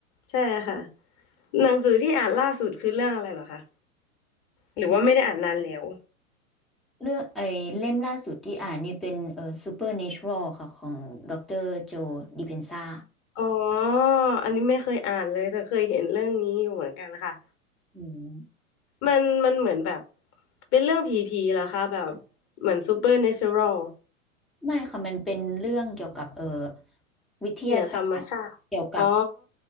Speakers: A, on the left; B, in the centre.
A: ใช่ค่ะหนังสือที่อ่านล่าสุดคือเรื่องอะไรเหรอคะหรือว่าไม่ได้อ่านนานแล้ว
B: อืมเลือกไอ้เล่มล่าสุดที่อ่านนี่เป็นเอ่อ Supernatural ค่ะของดรโจดิเพนซ่า
A: อ๋ออันนี้ไม่เคยอ่านเลยแต่เคยเห็นเรื่องนี้อยู่เหมือนกันค่ะ
B: อืม
A: มันมันเหมือนแบบเป็นเรื่องผีผีเหรอคะแบบเหมือนซูเปอร์เนเชอรัล
B: ไม่ค่ะมันเป็นเรื่องเกี่ยวกับเออวิทยาศาสตร์เกี่ยวกับ
A: เหนือธรรมชาติอ๋อ